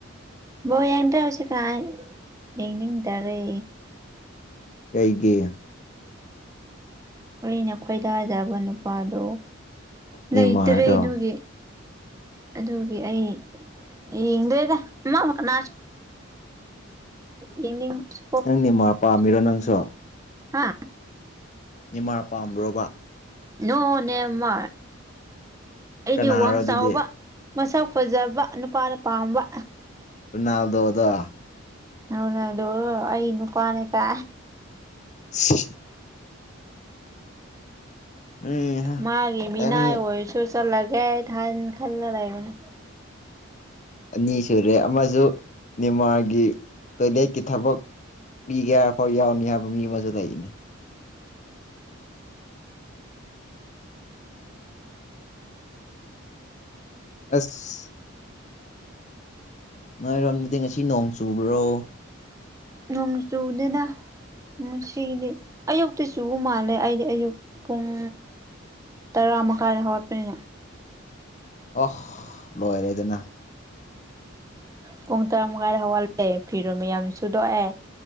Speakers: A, on the right; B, on the left.
A: ꯕꯣ ꯌꯦꯡꯗ꯭ꯔꯥ ꯍꯧꯖꯤꯛ ꯀꯥꯏ ꯌꯦꯡꯅꯤꯡ ꯇꯔꯦ
B: ꯀꯩꯒꯤ
A: ꯑꯩꯅ ꯈꯣꯏꯗꯥꯖꯕ ꯅꯨꯄꯥꯗꯣ
B: ꯅꯦꯃꯥꯔꯗꯣ
A: ꯂꯩꯇꯔꯦ ꯑꯗꯨꯒꯤ ꯑꯗꯨꯒꯤ ꯑꯩ ꯌꯦꯡꯗꯣꯏꯗ ꯑꯃ ꯃꯅꯥ <unintelligible>
B: ꯅꯪꯅꯦ ꯃꯥ ꯄꯥꯝꯃꯤꯔꯣ ꯅꯪꯁꯨ
A: ꯍꯥ
B: ꯅꯤꯃꯥ ꯄꯥꯝꯃꯕ
A: ꯅꯣꯡꯅꯦꯃ ꯑꯩꯗꯤ
B: ꯀꯅꯥꯔꯣ
A: ꯋꯥꯡ
B: ꯑꯗꯨꯗꯤ
A: ꯆꯥꯎꯕ ꯃꯁꯛ ꯐꯖꯕ ꯅꯨꯄꯥꯅ ꯄꯥꯝꯕ
B: ꯅꯥꯜꯗꯣꯗ
A: ꯑꯅꯗꯧ ꯑꯩ ꯏ ꯅꯨꯄꯥꯅꯦ ꯀ
B: ꯁꯤ ꯎꯝ
A: ꯃꯥꯒꯤꯦ ꯃꯤꯅꯥꯏ
B: ꯅꯪ
A: ꯑꯣꯏꯣꯏꯁꯨ ꯆꯂꯒꯦ ꯊ ꯍꯥꯟꯅ ꯈꯜꯅ ꯂꯩꯒꯅꯦ
B: ꯑꯅꯤ ꯁꯨꯔꯦ ꯑꯃꯁ ꯅꯤ ꯃꯥꯒꯤ ꯇꯣꯏꯂꯦꯠꯀꯤ ꯊꯕꯛ ꯄꯤꯒꯦ ꯍꯥꯏꯐꯥꯎ ꯌꯥꯎꯅꯤ ꯍꯥꯏꯕ ꯃꯤ ꯑꯃꯁꯨ ꯂꯩꯅꯦ ꯑꯁ ꯅꯣꯏꯔꯣꯝꯗꯗꯤ ꯉꯁꯤ ꯅꯣꯡ ꯆꯨꯕ꯭ꯔꯣ
A: ꯅꯣꯡ ꯆꯨꯅ‌ꯦꯅꯥ ꯎꯝ ꯉꯁꯤꯗꯤ ꯑꯌꯨꯛꯇ ꯆꯨꯕ ꯃꯥꯜꯂꯦ ꯑꯩꯗꯤ ꯑꯌꯨꯛ ꯄꯨꯡ ꯇꯔꯥ ꯃꯈꯥꯏꯗ ꯍꯧꯒꯠꯄꯅꯤꯅ
B: ꯑꯍ ꯂꯣꯏꯔꯦꯗꯅ
A: ꯄꯨꯡ ꯇꯔꯥꯃꯉꯥꯏꯗ ꯍꯧꯒꯜꯂꯦ ꯐꯤꯔꯣꯃꯤ ꯌꯥꯝ ꯁꯨꯗꯣꯛꯑꯦ